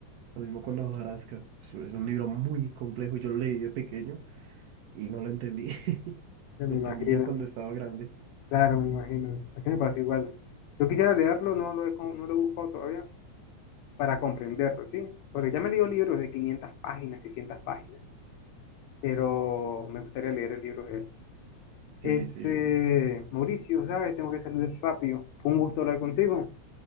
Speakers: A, on the right; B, on the left.
A: Lo mismo con La hojarasca. Es, es un libro muy complejo. Yo lo leí de pequeño y no lo entendí. <laughs>
B: Ya
A: Lo
B: me
A: entendí
B: imagino,
A: ya cuando estaba grande.
B: claro, me imagino. Así me pasa igual. Yo quisiera leerlo, no lo he, con- no lo he buscado todavía para comprenderlo, ¿sí? Porque ya me he leído libros de 500 páginas, 600 páginas, pero me gustaría leer el libro de él.
A: Sí,
B: Este,
A: sí.
B: Mauricio, ¿sabes? Tengo que salir rápido. Fue un gusto hablar contigo.